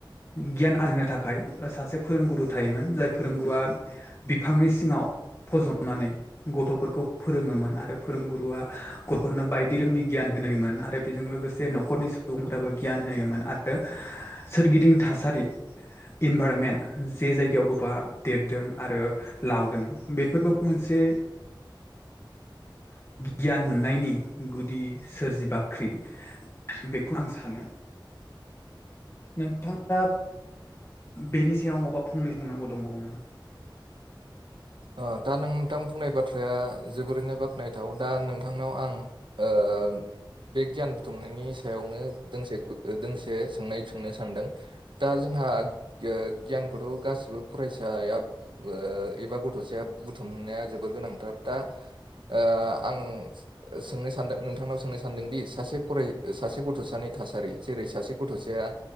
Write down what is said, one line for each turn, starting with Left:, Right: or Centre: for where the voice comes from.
Left: गियान आरजिनो थाखाय ओ-सासे फोरोंगुरु थायोमोन जाय फोरोंगुआ बिफांनि सिङाव फजनानै गथ'फोरखौ फोरोङोमोन आरो फोरोंगुरुआ गथ'फोरनो बायदि रोखोमनि गियान होनायोमोन आरो बेजों लोगो जे न'खरनि सुबुंफ्राबो गियान होयोमोन आरो सोरगिदिं थासारि इनभारमेन्ट जे जायगायाव गथ'आ देरदों आरो लावदों बेफोरबो मोनसे गियान मोननायनि गुदि सोरजिबाख्रि। बेखौ आं सानो। नोंथाङा बेनि सायाव माबा फंनै बुंनांगौ दंबावो नामा?
Right: ओ-दा नोंथां बुंनाय बाथ्राया जोबोरैनो बाख्नायथाव दा नोंथांनाव आं ओ बे गियान बुथुमनायनि सायावनो दोंसे दोंसे सोंनाय सोंनो सानदों। दा जोंहा गि-गियानखौथ' गासिबो फरायसाया ओ-एबा गथ'सेया बुथुमनाया जोबोर गोनांथार दा ओ आं सोंनो सानदों नोंथांनाव सोंनो सानदोंदि सासे फराय सासे गथ'सानि थासारि जेरै सासे गथ'सेया